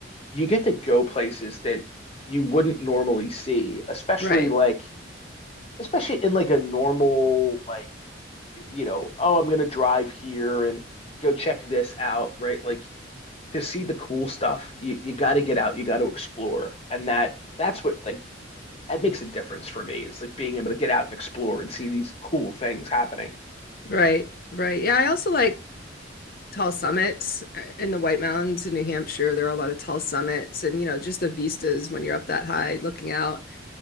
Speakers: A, on the left; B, on the left.
A: you get to go places that you wouldn't normally see, especially
B: Right.
A: like especially in like a normal like you know, oh, I'm gonna drive here and go check this out, right? Like to see the cool stuff, you you got to get out, you got to explore, and that that's what like that makes a difference for me. It's like being able to get out and explore and see these cool things happening.
B: Right. Right. Yeah, I also like tall summits uh, in the White Mountains in New Hampshire. There are a lot of tall summits and you know just the vistas when you're up that high looking out.